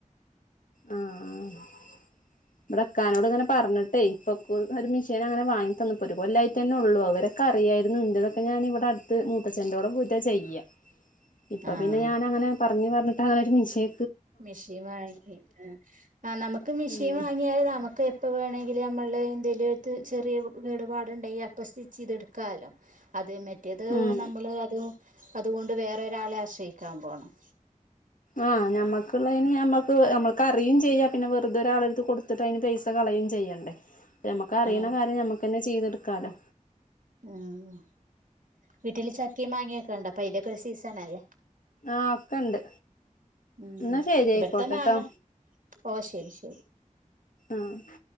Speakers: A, on the left; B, on the right.
A: ആഹ് ആ ഇവിടെക്കാനോട് ഇങ്ങനെ പറഞ്ഞിട്ടേ ഇപ്പക്കു ഒരു മിഷീൻ അങ്ങനെ വാങ്ങി നുപത് കൊല്ലായിട്ടന്നെഉള്ളൂ അത്‌വരെക്കെ അറിയായിരുന്നു ന്റെതൊക്കെ ഞാനിവിടെ അടുത്ത് മൂത്തച്ചന്റോടെ പോയിട്ടാ ചെയ്യാ ഇപ്പൊ
B: ആഹ്
A: പിന്നെ ഞാൻ അങ്ങനെ പറഞ്ഞഞ് പറഞ്ഞിട്ട് അങ്ങനെ ഒരു മിഷിം
B: മെഷീൻ വാങ്ങി ആ ആ നമുക്ക് മെഷീൻ
A: ഉം
B: വാങ്ങിയാൽ നമുക്ക് എപ്പോ വേണമെങ്കിൽ നമ്മൾ എന്തങ്കിലു ആയിറ്റ് ചെറിയ കേടുപാടുണ്ടെങ്കിൽ അപ്പൊസ്റ്റിച്ച്- യ്തെടുക്കാാലോ അതെ മറ്റേത്
A: ഉം
B: നമ്മള് അത് അതുകൊണ്ട് വേറെരാളെ ആശ്രയിക്കാൻ പോണം
A: ആഹ് നമ്മക്കുള്ളതിന് നമ്മക്ക് നമ്മക്ക് അറിയും ചെയ്യാം പിന്നെ വെറുതെരാളെടുത്ത് കൊടുത്തിട്ട് അയിന് പൈസ - സകളയും ചെയ്യണ്ടേ നമുക്ക് അറിയുന്ന
B: ആ
A: കാര്യം നമ്മക്കന്നെ ചെയ്തെടുക്കാലോ
B: ഉം വീട്ടില് ചക്കിംമാങ്ങിഒക്കെ ഉണ്ടോ പ്പൊഅയിന്റെക്കെ ഒരു സീസൺല്ലേ
A: ആഹ് ഒക്കെണ്ട്
B: ഉം
A: എന്നാ ശരി
B: ഇവിടത്തെ
A: ആയിക്കോട്ടെട്ടോ
B: മാങ്ങ ഓ ശരി ശരി
A: ആഹ്